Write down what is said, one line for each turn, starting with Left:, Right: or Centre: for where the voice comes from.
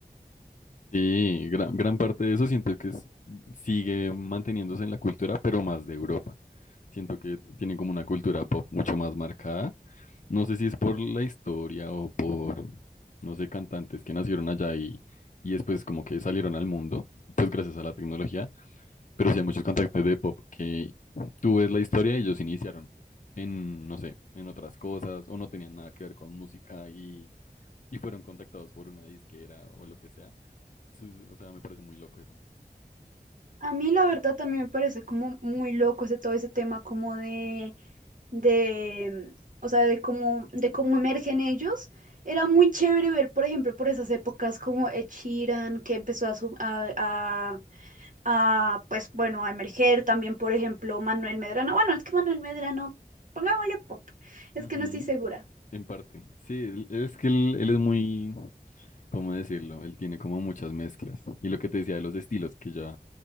Left: Sí, gran, gran parte de eso siento que es- sigue manteniéndose en la cultura, pero más de Europa. Siento que tienen como una cultura pop mucho más marcada. No sé si es por la historia o por, no sé, cantantes que nacieron allá y, y después como que salieron al mundo, pues gracias a la tecnología, pero sí hay muchos cantantes de pop que tú ves la historia y ellos iniciaron en, no sé, en otras cosas o no tenían nada que ver con música y, y fueron contactados por una disquera o lo que sea Sí, O sea, me parece muy loco eso.
Right: A mí la verdad también me parece como muy loco ese todo ese tema como de, de, o sea, de cómo, de cómo emergen ellos. Era muy chévere ver, por ejemplo, por esas épocas como Ed Sheeran, que empezó a, su- a, a- a, pues bueno, a emerger también, por ejemplo, Manuel Medrano. Bueno, es que Manuel Medrano, pongámosle pop, es
Left: Ujú,
Right: que no estoy segura.
Left: En parte. Sí, él- es que él, él es muy, ¿cómo decirlo? Él tiene como muchas mezclas. Y lo que te decía de los estilos, que ya